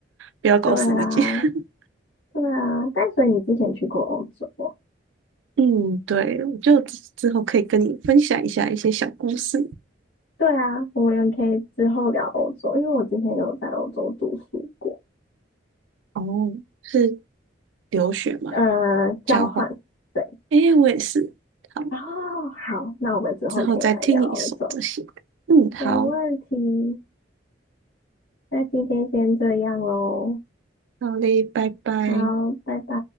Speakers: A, on the left; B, on the right.
A: <laughs>
B: 不要搞死自己。
A: 对啊，
B: <laughs>
A: 对啊。但所以你之前去过欧洲哦？
B: 嗯，对，我就之之后可以跟你分享一下一些小故事。
A: 对啊，我们也可以之后聊欧洲，因为我之前有在欧洲读书过，
B: 哦，是留学吗？
A: 呃，交换。
B: 交换？
A: 对，
B: 诶，我也是。好，
A: 哦，好，那我们之后可以来聊欧洲，
B: 之后再听你说这些。嗯，好，
A: 没问题。那今天先这样喽，
B: 好嘞，拜拜。
A: 好，拜拜。